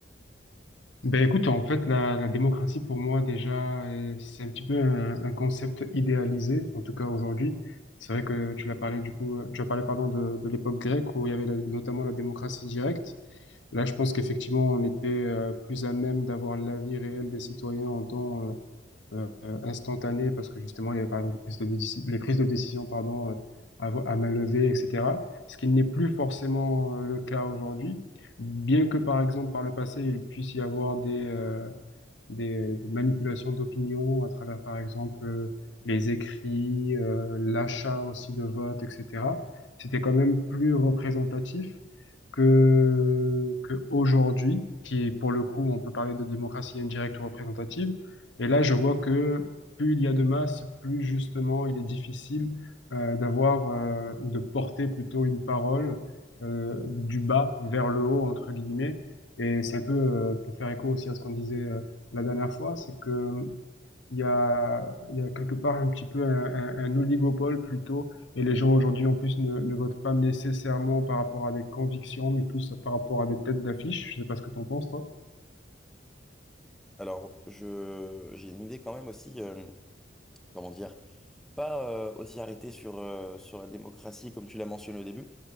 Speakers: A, on the left; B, in the centre.
A: Ben écoute, en fait, la, la démocratie pour moi déjà, euh, c'est un petit peu un, un concept idéalisé, en tout cas aujourd'hui. C'est vrai que tu l'as parlé du coup, euh, tu as parlé pardon de, de l'époque grecque où il y avait la- notamment la démocratie directe. Là, je pense qu'effectivement, on était euh, plus à même d'avoir l'avis réel des citoyens en temps euh, euh, euh, instantanées parce que justement, il y avait par exemple les prises de, déci- les prises de décision pardon, euh, à, vo- à main levée, etc. Ce qui n'est plus forcément euh, le cas aujourd'hui, bien que par exemple par le passé, il puisse y avoir des, euh, des, des manipulations d'opinion à travers, par exemple, euh, les écrits, euh, l'achat aussi de votes, etc. C'était quand même plus représentatif que, que aujourd'hui, qui pour le coup, on peut parler de démocratie indirecte ou représentative. Et là, je vois que plus il y a de masse, plus justement il est difficile euh, d'avoir euh, ou de porter plutôt une parole euh, du bas vers le haut, entre guillemets. Et c'est un peu, euh, pour faire écho aussi à ce qu'on disait euh, la dernière fois, c'est que il y a, il y a quelque part un petit peu un, un- un oligopole plutôt, et les gens aujourd'hui en plus ne, ne votent pas nécessairement par rapport à des convictions, mais plus par rapport à des têtes d'affiche. Je sais pas ce que t'en penses, toi.
B: Alors, je, j'ai une idée quand même aussi, euh, comment dire, pas euh, aussi arrêtée sur, euh, sur la démocratie comme tu l'as mentionné au début.